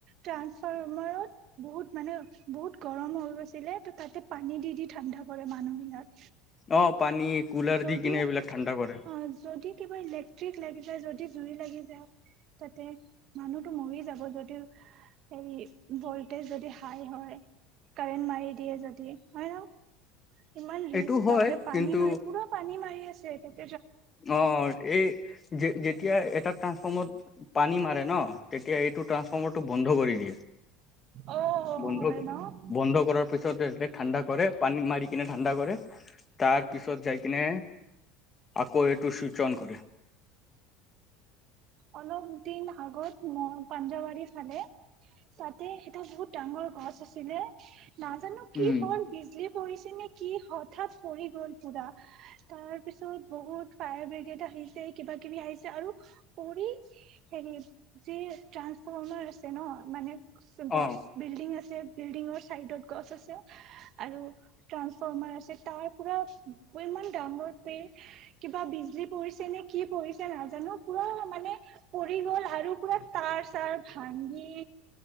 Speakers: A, on the right; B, on the left.
A: ট্ৰানসফাৰ্মাৰত বহুত মানে বহুত গৰম হৈ গৈছিলে ত তাতে পানী দি দি ঠাণ্ডা কৰে মানুহ বিলাক
B: অ পানী কুলাৰ
A: যদি
B: দি কিনে এইবিলাক ঠাণ্ডা কৰে
A: অ যদি কিবা ইলেক ইলেকট্ৰিক লাগি যায় যদি জুই লাগি যায় তাতে মানুহটো মৰি যাব যদি হে ভলটেজ যদি হাই হয় কাৰেণ্ট মাৰি দিয়ে যদি হয় ন ইমান ৰেষ্ট
B: এইটো হয়
A: বাপৰে পানী
B: কিন্তু
A: মাৰি পুৰা পানী মাৰি আছে সেইতোৱে
B: অ এই যে যে যেতিয়া এটা ট্ৰাঞ্চফৰ্মাৰত পানী মাৰে ন তেতিয়া এইটো ট্ৰাঞ্চফৰ্মাৰটো বন্ধ কৰি দিয়ে
A: অ
B: বন্ধ
A: হয় ন
B: বন্ধ কৰা পিছতে এ ঠাণ্ডা কৰে পানী মাৰি কিনে ঠাণ্ডা কৰে তাৰ পিছত যাই কিনে আকৌ এইটো চুইচ অন কৰে
A: অলপ দিন আগত ম পাঞ্জাবাৰী ফালে তাতে এটা বহুত ডাঙৰ গছ আছিলে নাজানো কি
B: উম
A: হ'ল বিজলী পৰিছে নেকি কি হঠাৎ পঢৰি গ'ল পুৰা তাৰ পিছত বহুত ফায়াৰ ব্ৰেগ এটা আহিলে কিবা কিবি আহিছে আৰু পৰি হেৰি যি ট্ৰানসফৰ্মাৰ আছে ন মানে গছ
B: অ
A: বিল্ডিং আছে বিল্ডিঙৰ চাইডত গছ আছে আৰু ট্ৰানসফৰ্মাৰ আছে তাৰ পৰাও ইমান ডাঙৰ পেৰ কিবা বিজলী পৰিছে নে কি পৰিছে নাজানো পুৰা মানে পৰি গ'ল আৰু পুৰা তাৰ চাৰ ভাগি